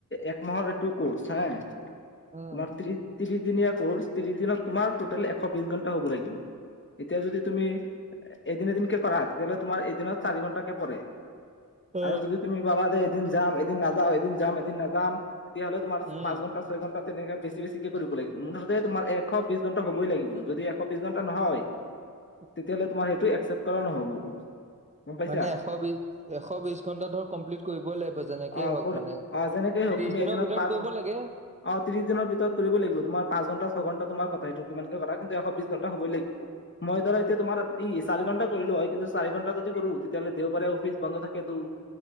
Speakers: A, on the left; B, on the right.
A: এক মাহৰ এইটো কোৰ্চ হে,
B: উম
A: তোমাৰ ত্ৰিশ ত্ৰিশ দিনীয়া কৰ্চ, ত্ৰিশ দিনত তোমাৰ টোটেল এশ বিশ ঘণ্টা হ'ব লাগিব। এতিয়া যদি তুমি এদিন এদিনকে কৰা তেতিয়াহ'লে তোমাৰ এদিনত চাৰি ঘন্টাকে পৰে।
B: অ
A: আৰু যদি তুমি ভাবা যে এদিন যাম এদিন নাযাও, এদিন যাম এদিন নাযাম তেতিয়াহ'লে তোমাৰ
B: উম
A: পাঁচ ঘন্টা ছয় ঘণ্টা তেনেকে বেছি বেছিকে কৰিব লাগিব, মুঠতে তোমাৰ এশ বিছ ঘণ্টা হ'বই লাগিব, যদি এশ বিছ ঘণ্টা নহয়
B: <unintelligible>
A: তেতিয়াহ'লে তোমাৰ সেইটো একচেপ্ট কৰা নহ'ব। গম পাইছা
B: মানে এশ বিছ এশ বিছ ঘন্টা ধৰ কমপ্লিট কৰিবই লাগিব যেনেকেই
A: অ
B: হওক
A: কৰি
B: মানে,
A: অ যেনেকেই হওক
B: ত্ৰিশ
A: তুমি
B: দিনৰ
A: এদিনত
B: ভিতৰত
A: পাঁচ
B: কৰিব লাগে?
A: অ' ত্ৰিশ দিনৰ ভিতৰত কৰিব লাগিব, তোমাৰ পাঁচ ঘণ্টা ছঘণ্টা তোমাৰ কথা সেইটো কিমাকে কৰা কিন্তু এশ বিছ ঘণ্টা হ'বই লাগিব। মই ধৰা এতিয়া তোমাৰ ই, চাৰি ঘন্টা কৰিলোঁ হয় কিন্তু চাৰি ঘণ্টা যদি কৰোঁ তেতিয়াহ'লে দেওবাৰে অফিচ বন্ধ থাকে তেটো